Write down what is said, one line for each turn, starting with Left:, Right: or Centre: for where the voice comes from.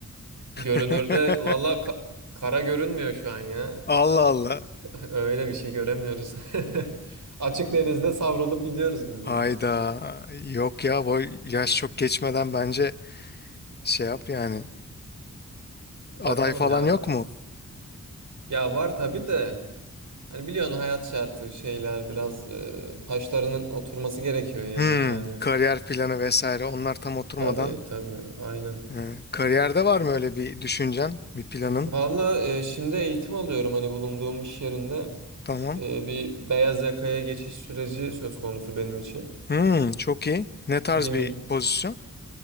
Right: görünürde
Left: <laughs>
Right: valla ka- kara görünmüyor şu an ya.
Left: Allah Allah.
Right: <laughs> Öyle bir şey göremiyoruz. <laughs> Açık denizde savrulup gidiyoruz biz
Left: Hayda.
Right: de.
Left: Yok ya bu yaş çok geçmeden bence şey yap yani.
Right: Bakalım
Left: Aday falan
Right: ya.
Left: yok mu?
Right: Ya var tabii de hani biliyorsun hayat şartı şeyler biraz e, taşlarının oturması gerekiyor yerine
Left: Hmm,
Right: yani.
Left: kariyer planı vesaire onlar tam oturmadan.
Right: Tabii tabii aynen.
Left: e, kariyerde var mı öyle bir düşüncen, bir planın?
Right: Valla e, şimdi eğitim alıyorum hani bulunduğum iş yerinde.
Left: Tamam.
Right: e, bir beyaz yakaya geçiş süreci söz konusu benim için.
Left: Hmm, çok iyi. Ne tarz
Right: Bir mü-
Left: bir pozisyon?